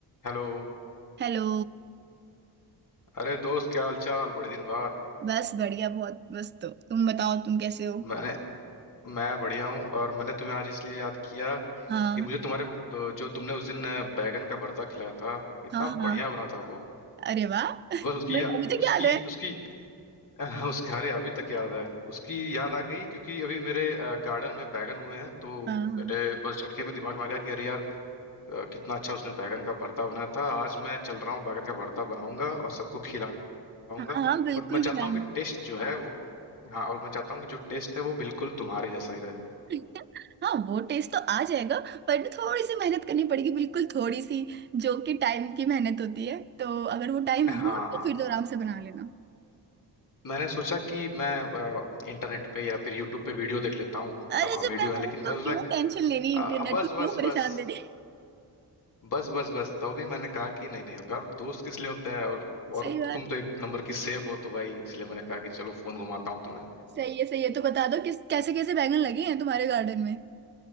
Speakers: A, on the left (about 50°); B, on the right (about 30°).
A: Hello
B: हेलो
A: अरे दोस्त क्या हाल चाल बड़े दिन बाद
B: बस बढ़िया बहुत बस तो तुम बताओ तुम कैसे हो
A: मैंने मैं बढ़िया हूँ और मैंने तुम्हें आज इसलिए याद किया
B: हाँ
A: कि मुझे तुम्हारे ब- जो तुमने उस दिन अ, बैगन का भरता खिलाया था इतना
B: हाँ हाँ
A: बढ़िया बना था वो
B: अरे वाह <laughs> तुम्हें
A: बस उसकी या,
B: अभी तक
A: उसकी
B: <laughs> याद है
A: उसकी <laughs> अ, उसके अरे अभी तक याद है उसकी याद आ गई क्योंकि अभी मेरे अ, गार्डन में बैगन हुए हैं तो
B: हाँ
A: मेरे बस झटके में दिमाग में आ गया कि अरे यार अ, कितना अच्छा उसने बैगन का भरता बनाया था आज मैं चल रहा हूँ बैगन का भरता बनाऊंगा और सबको खिलाऊंगा
B: हाँ हाँ हाँ, बिल्कुल
A: और मैं चाहता
B: ध्यान
A: हूँ कि टेस्ट जो है वो हाँ और मैं चाहता हूँ कि जो टेस्ट है वो बिल्कुल तुम्हारे जैसा ही रहे
B: <laughs> हाँ वो टेस्ट तो आ जाएगा पर ना थोड़ी सी मेहनत करनी पड़ेगी बिल्कुल थोड़ी सी जो कि टाइम की मेहनत होती है तो अगर वो टाइम
A: हाँ
B: हो तो
A: हाँ
B: फिर तो आराम से बना लेना
A: मैंने सोचा कि मैं अ, इंटरनेट पे या फिर यूट्यूब पे वीडियो देख लेता हूँ
B: अरे
A: तमाम
B: जब
A: वीडियो
B: मैं
A: है
B: हूं
A: लेकिन
B: तो
A: मैं
B: क्यों टेंशन लेनी
A: सोचा
B: इंटरनेट
A: अ, बस
B: को क्यों
A: बस
B: परेशान
A: बस
B: देनी <laughs>
A: बस बस बस तो भी मैंने कहा कि नहीं नहीं अब यार दोस्त किस लिए होते हैं और और
B: सही बात
A: तुम तो
B: है
A: एक नंबर की सेफ हो तो भाई इसलिए मैंने कहा कि चलो फोन घुमाता हूँ तुम्हें
B: सही है सही है तो बता दो किस कैसे कैसे बैंगन लगे हैं तुम्हारे गार्डन में